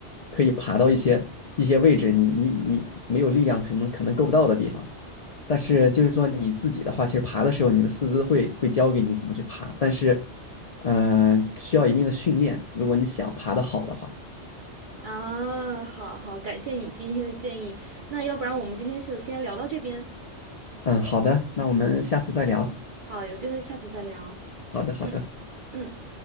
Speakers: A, on the left; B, on the right.
A: 可以爬到一些一些位置，你你你没有力量可能可能够不到的地方。但是就是说你自己的话，其实爬的时候你的四肢会会教给你怎么去爬，但是嗯、呃需要一定的训练，如果你想爬得好的话。
B: 啊，好好，感谢你今天的建议。那要不然我们今天就先聊到这边。
A: 嗯，好的，那我们下次再聊。
B: 好，有机会下次再聊。
A: 好的，好的。
B: 嗯嗯。